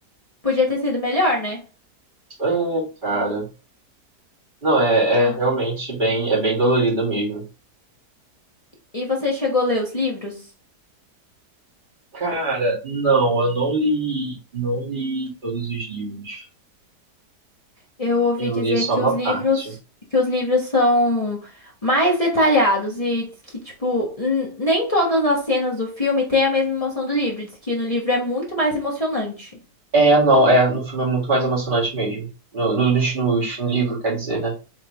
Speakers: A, on the left; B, on the right.
A: Podia ter sido melhor, né?
B: É, cara. Não, é,
A: Ah,
B: é realmente bem, é bem dolorido mesmo.
A: e você chegou a ler os livros?
B: Cara, não, eu não li, não li todos os livros.
A: Eu ouvi
B: Eu
A: dizer
B: li só
A: que
B: uma
A: os livros,
B: parte.
A: que os livros são mais detalhados e diz que, tipo, n- nem todas as cenas do filme têm a mesma emoção do livro. Diz que no livro é muito mais emocionante.
B: É, não, é, no filme é muito mais emocionante mesmo. No, no, nos- nos- no livro, quer dizer, né?